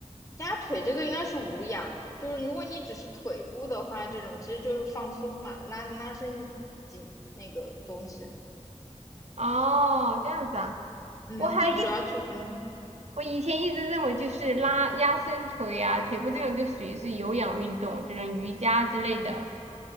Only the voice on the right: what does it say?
哦，这样子啊，
我还一
我以前一直认为就是拉压伸腿啊、腿部这种就属于是有氧运动，这种瑜伽之类的。